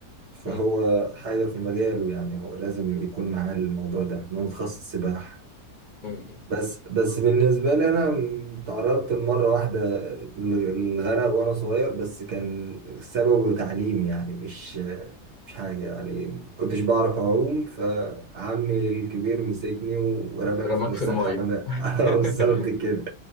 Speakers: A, on the right; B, on the left.
A: فهو
B: <laughs> مم.
A: حاجة في مجاله يعني هو لازم يكون معاه الموضوع ده إنه متخصص سباحة
B: مم.
A: بس بس بالنسبة لي أنا تعرضت لمرة واحدة للغرق وأنا صغير بس كان سببه تعليم يعني مش مش حاجة يعني كنتش بعرف أعوم فعمي الكبير مسكني ورماني
B: رماك
A: في نص
B: في الميه
A: الحمام
B: <laughs>
A: <laughs> بالظبط كده